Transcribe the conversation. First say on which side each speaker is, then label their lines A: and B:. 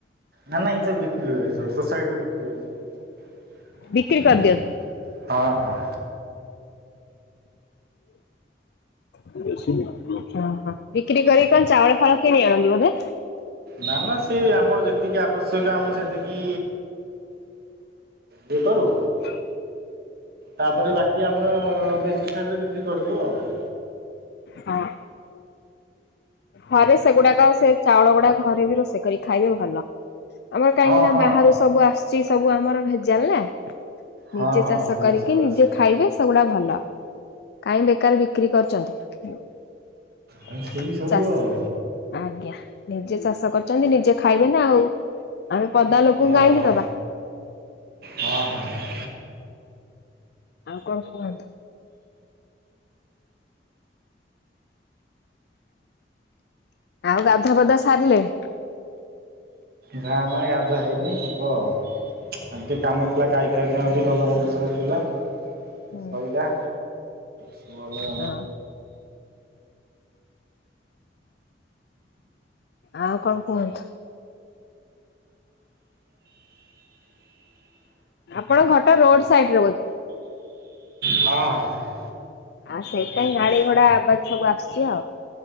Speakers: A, on the right (about 60°); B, on the left (about 65°).
A: ନା ନା ଏଇ ସବୁ ବିକ୍ରି ହୁଏ। ଏ ସବୁ ସୋସାଇଟିରେ ବିକ୍ରି ହୁଏ ସବୁ।
B: ବିକ୍ରି କରିଦିଅନ୍ତି
A: ହଁ ହଁ।
B: <unintelligible> ଓହୋ ବିକ୍ରି କରିକି କଣ ଚାଉଳ ଚାଉଳ କିଣି ଆଣନ୍ତି ବୋଧେ?
A: ନା ନା ସେ ଆମର ଯେତିକି ଆବଶ୍ୟକ ଆମେ ସେତିକି ଇଏ କରୁ।
B: <inaudible>
A: ତାପରେ ବାକି ଆମର ବି ସୋସାଇଟି ରେ ବିକ୍ରି କରୁଚୁ ଆଉ।
B: ହଁ ହରେ ସେଗୁଡାକ ସେ ଚାଉଳ ଗୁଡା ଘରେ ବି ରୋଷେଇ କରି ଖାଇବେ ଭଲ ଆମର କାହିଁକି
A: ହଁ
B: ନା
A: ହଁ
B: ବାହାରୁ ସବୁ ଆସିୁଛି ସବୁ ଆମର ଭେଜାଲ ନା।
A: ହଁ
B: ନିଜେ
A: ହଁ
B: ଚାଷ
A: ସେଗୁରା
B: କରିକି
A: ସବୁ
B: ନିଜେ
A: ଆସେ
B: ଖାଇବେ ସେଗୁଡା ଭଲ କାହିଁ ବେକାର ବିକ୍ରି କରୁଚନ୍ତି। ହୁଁ
A: ହଁ ସେଇ ସବୁ
B: ଚାଷି।
A: ଆଉ
B: ଆଜ୍ଞା ନିଜେ ଚାଷ କରୁଚନ୍ତି ନିଜେ ଖାଇବେନା ଆଉ ଆମେ ପଦା ଲୋକଙ୍କୁ
A: ହଁ
B: କାହିଁକି
A: ହଁ
B: ଦବା।
A: ହଁ ହଁ।
B: ଆଉ କଣ କୁହନ୍ତୁ? ଆଉ ଗାଧୁଆ ପଧୁଆ ସାରିଲେଣି?
A: ନା ନାଇଁ ଗଧୁଆ ହେଇନେହିଁ ହବ ଆଉ ଟିକେ କାମଥିଲା ଗାଇ ସେଦିନ ବି ଭଲ ମନ୍ଦ ସବୁ ଥିଲା
B: ହୁଁ
A: ଶଇଲା ସବୁ ଭଲହେଲା।
B: ହଁ। ଆଉ କଣ କୁହନ୍ତୁ? ଆପଣଙ୍କ ଘରଟା ରୋଡ ସାଇଟି ରେ ବୋଧେ?
A: ହଁ ହଁ। ଠିକ୍
B: ଆଉ ସେଇଥିପାଇଁ ଗାଡି ଘୋଡା ଆବାଜ ସବୁ ଆସୁଚି ଆଉ।